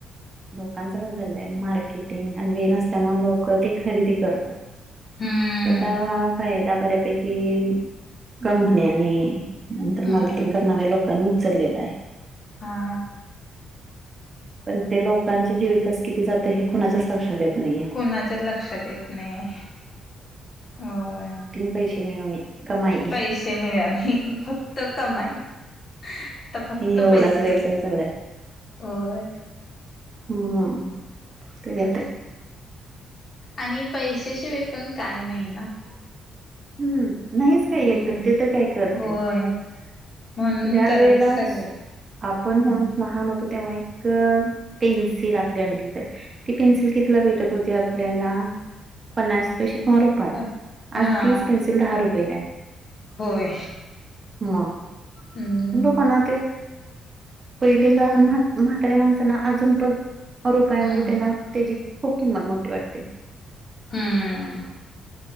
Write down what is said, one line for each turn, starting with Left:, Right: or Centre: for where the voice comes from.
Right: लोकांचं कसं झालेलय, मार्केटिंग, आणि वेळ नसल्यामुळे लोक ते खरेदी करतात.
Left: हम्म
Right: त्याचा फायदा बऱ्यापैकी...... कंपन्यांनी नंतर
Left: हम्म
Right: मार्केटिंग करणाऱ्या लोकांनी उचललेला आहे.
Left: हा
Right: पन ते लोक..... लोकांचे जीवितस किती जातं हे कुणाच्याच लक्षात येत..... नाहीये.
Left: कोनाच्याचं लक्षात येत नाही. होय.
Right: पैशे मिळवणे, कमाई
Left: पैशे मिळवणे, फक्त कमाई. आता फक्त
Right: एवढाच
Left: पैसे.
Right: व्यवसाय चाललाय.
Left: होय.
Right: हम्म.., तरी आता.....
Left: आनि पैशाशिवाय पन काही नाही न.....
Right: हम्म.. नाहीच काही
Left: हम्म
Right: येत, तर ते तर काय करतील....
Left: होय म्हणून
Right: ज्या
Left: तर
Right: वेळला......
Left: सगळे
Right: आपण.......
Left: हम्म
Right: <unintelligible> लहान होतो तेव्हा एक अ... पेन्सिल आपली आणली तर..... ती पेन्सिल कीतीला भेटत होती आपल्याला, पन्नास पैशी किंवा रुपाया....
Left: प- हा
Right: तीच पेंन्सिल दहा रुपयेला आहे.
Left: होय.
Right: म..
Left: हम्म
Right: लोकांना ते... पहिले लहान म्ह म्हाताऱ्या माणसांना अजून पन......... रुपाया
Left: हम्म
Right: म्हणजे त्यांना त्याची खूप किंमत मोठी वाटते.
Left: ह्म्म्म.......